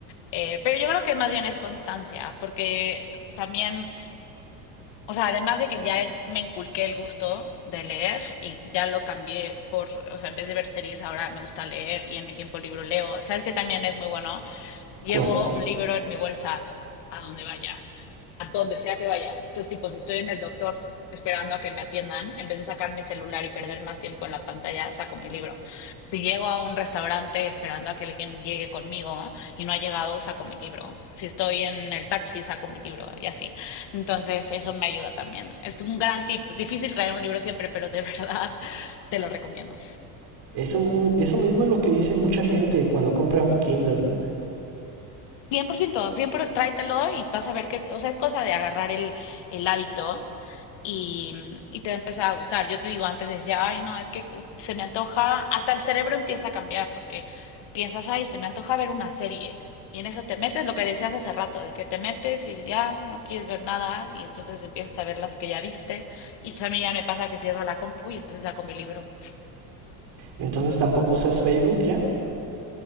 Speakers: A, on the left (about 60°); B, on the right (about 55°).
A: Eh, pero yo creo que más bien es constancia, porque también, o sea, además de que ya me inculqué el gusto de leer y ya lo cambié por, o sea, en vez de ver series ahora me gusta leer y en mi tiempo libro leo. ¿Sabes que también es muy bueno? Llevo
B: ¿Cuál?
A: un libro en mi bolsa a donde vaya, a donde sea que vaya. Entonces, tipo, si estoy en el doctor esperando a que me atiendan, en vez de sacar mi celular y perder más tiempo en la pantalla, saco mi libro. Si llego a un restaurante esperando a que alguien llegue conmigo y no ha llegado, saco mi libro. Si estoy en el taxi, saco mi libro y así. Entonces, eso me ayuda también. Es un gran tip. Difícil traer un libro siempre, pero de <laughs> verdad te lo recomiendo.
B: Eso, muy eso mismo es lo que dice mucha gente cuando compra un Kindle.
A: cien por ciento siempre tráetelo y vas a ver que, o sea, es cosa de agarrar el, el hábito y, y te va a empezar a gustar. Yo te digo, antes decía, ay, no, es que se me antoja, hasta el cerebro empieza a cambiar porque piensas, ay, se me antoja ver una serie. Y en eso te metes, lo que decías hace rato, de que te metes y ya no quieres ver nada y entonces empiezas a ver las que ya viste. Y entonces a mí ya me pasa que cierro la compu y entonces saco mi libro.
B: Entonces tampoco usas Facebook ya.